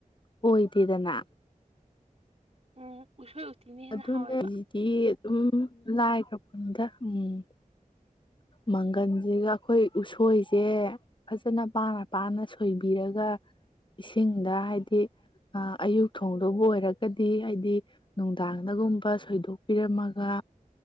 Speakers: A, on the left (about 35°); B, on the right (about 45°).
A: ꯑꯣꯏꯗꯦꯗꯅ
B: ꯎꯝ ꯎꯁꯣꯏ ꯎꯇꯤꯅ ꯍꯦꯟꯅ
A: ꯑꯗꯨꯅꯗꯤ
B: ꯍꯥꯎꯋꯦꯕ
A: ꯑꯗꯨꯝ ꯂꯥꯏꯈ꯭ꯔꯕ ꯎꯝ ꯃꯪꯒꯟꯁꯤꯒ ꯑꯩꯈꯣꯏ ꯎꯁꯣꯏꯁꯦ ꯐꯖꯅ ꯄꯥꯅ ꯄꯥꯅ ꯁꯣꯏꯕꯤꯔꯒ ꯏꯁꯤꯡꯗ ꯍꯥꯏꯗꯤ ꯑꯌꯨꯛ ꯊꯣꯡꯗꯕꯨ ꯑꯣꯏꯔꯒꯗꯤ ꯍꯥꯏꯗꯤ ꯅꯨꯡꯗꯥꯡꯗꯒꯨꯝꯕ ꯁꯣꯏꯗꯣꯛꯄꯤꯔꯝꯃꯒ